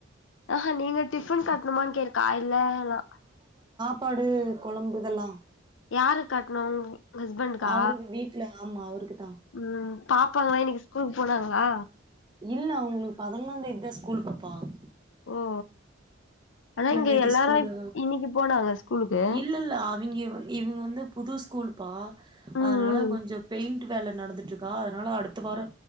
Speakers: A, on the left (about 70°); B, on the right (about 20°).
A: ஆ ஹா நீங்க டிஃபன் கட்ணுமானு கே <unintelligible>
B: ப்பாடு கொழம்பு இதெல்லா
A: யாருக் கட்ணு ஹஸ்பண்டுக்கா
B: அவருக்கு வீட்ல ஆமா அவருக்குதா
A: ம் பாப்பாலா இன்னகி ஸ்கூலுக் போனாங் லா
B: இல்ல அவங்களுக் பதினொன் தேதி தா ஸ்கூல் பாப்பா <inaudible>
A: ஓ ஓ ஆனா இங்க
B: தேதி
A: எல்லாரு
B: ஸ்கூலு
A: இன்னிக்கு போனாங்க ஸ்கூலுக்கு
B: இல்ல இல்ல அவிங்க வந் இவங்க வந்து புது ஸ்கூல்பா
A: ம்
B: அதுனால
A: ம்
B: கொஞ்சொ பெயிண் ட்டு வேல நடந்துட்ருக்கா அதுனால அடுத்த வார